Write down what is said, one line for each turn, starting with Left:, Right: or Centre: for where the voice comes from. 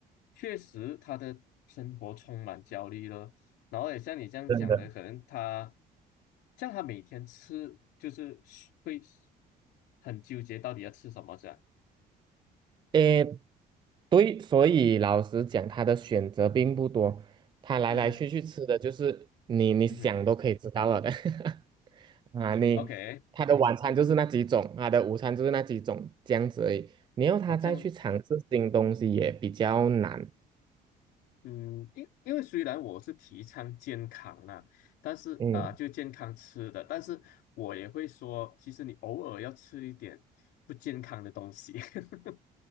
Left: 确实他的生活充满焦虑了。然后也像你这样讲的，
Right: 真的，
Left: 可能他像他每天吃，就是会很纠结到底要吃什么这样。
Right: 诶，对，所以老实讲，他的选择并不多，他来来去去吃的就是你你想都可以知道了的
Left: 嗯哼，嗯哼
Right: <laughs> 啊，你他的晚餐就是那几种，
Left: ，OK，
Right: 他的午餐就是那几种，这样子而已。你要他再去尝试新东西也比较难，
Left: 我这样，嗯，因因为虽然我是提倡健康啦，但是啊、
Right: 嗯。
Left: 就健康吃的，但是我也会说，其实你偶尔要吃一点不健康的东西。<laughs>